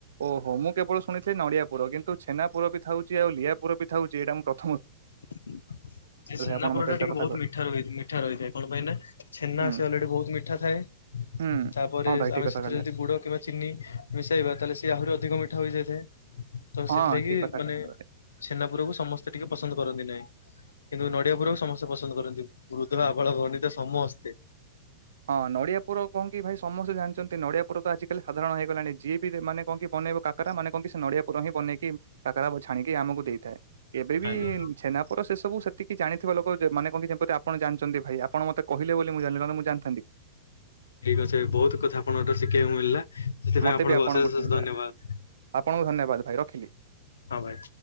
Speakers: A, on the right; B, on the left.
A: ଓହୋ ମୁଁ କେବଳ ଶୁଣିଥିଲି ନଡିଆପୁର କିନ୍ତୁ ଛେନାପୁର ବି ଥାଉଛି ଆଉ ଲିଆପୁର ଥାଉଛି ଏଇଟା ମୁଁ ପ୍ର-
B: ସେ ଛେନା
A: ଆପଣ
B: ପୋଡଟା
A: ମତେ ଏତେ
B: ଟିକେ
A: କଥା
B: ବହୁତ ମିଠା ରହି ମିଠା ରହିଥାଏ କଣ ପାଇଁ ନା ଛେନା-
A: ହୁଁ
B: ସେ ଅଲରେଡି ବହୁତ ମିଠା ଥାଏ
A: ହୁଁ
B: ତାପରେ
A: ହଁ ଭାଇ ଠିକ
B: ଆମେ
A: କଥା
B: ସେଥିରେ
A: କହିଲେ
B: ଯଦି ଗୁଡ଼ କିମ୍ବା ଚିନି ମିଶାଇବା ତାହେଲେ- ସିଏ ଆହୁରି ଅଧିକ ମିଠା ହୋଇଯାଇଥାଏ ତ
A: ହଁ
B: ସେଥିଲାଗି
A: ଠିକ କଥା
B: ମାନେ
A: କଥା
B: ଛେନାପୁରକୁ ସମସ୍ତେ ଟିକେ ପସନ୍ଦ କରନ୍ତି ନାହିଁ। କିନ୍ତୁ ନଡିଆ ପୁରକୁ ସମସ୍ତେ ପସନ୍ଦ କରନ୍ତି ବୃଦ୍ଧ ଆବାଳ ବନୀତା ସମସ୍ତେ।
A: ହଁ ନଡିଆ ପୁର କଣ କି ଭାଇ ସମସ୍ତେ ଜାଣିଛନ୍ତି ନଡିଆ ପୁର ତ ଆଜିକାଲି ସାଧରଣ ହେଇଗଲାଣି ଯିଏ ବି ମାନେ କଣ କି ବନେଇବ କାକରାମାନେ କହନ୍ତି ସେ ନଡିଆ ପୁର ହିଁ ବନେଇି କାକରା ଛାଣିକି ଆମକୁ ଦେଇଥାଏ ଏବେ ବି
B: ଆଜ୍ଞା।
A: ଛେନାପୁର ସେ ସବୁ ସେତିକି ଜାଣିଥିବା ଲୋକ ମାନ କହନ୍ତି ଯେମିତି ଆପଣ ଜାଣିଛନ୍ତି ଭାଇ ଆପଣ ମୋତେ କହିଲେ ବୋଲି ମୁଁ ଜାଣିଲି ନହେଲେ ମୁଁ ଜାଣି ଥା
B: ଠିକ ଅଛି ବହୁତ କଥା ଆପଣଙ୍କଠୁ ଶିଖିବାକୁ ମିଳିଲା। ସେଥିପାଇଁ
A: ମତେ
B: ଆପଣଙ୍କୁ
A: ବି ଆପଣଙ୍କଠୁ
B: ଅଶେଷ ଅଶେଷ
A: ମିଳିଲା
B: ଧନ୍ୟବାଦ।
A: ଆପଣଙ୍କୁ ଧନ୍ୟବାଦ ଭାଇ ରଖିଲି।
B: ହଁ ଭାଇ।